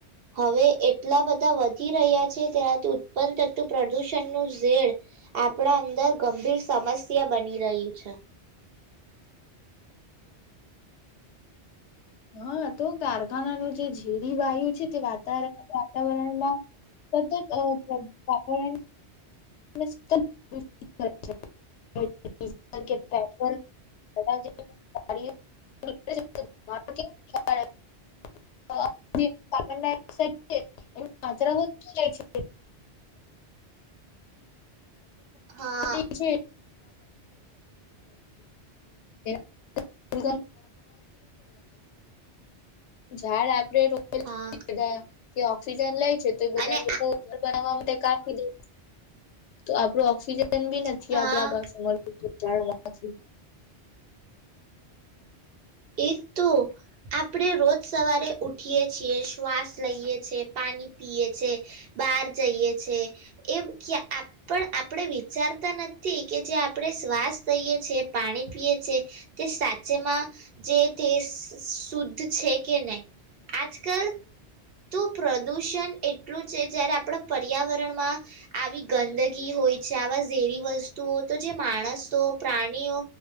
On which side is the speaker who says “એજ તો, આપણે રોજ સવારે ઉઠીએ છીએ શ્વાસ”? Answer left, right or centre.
Right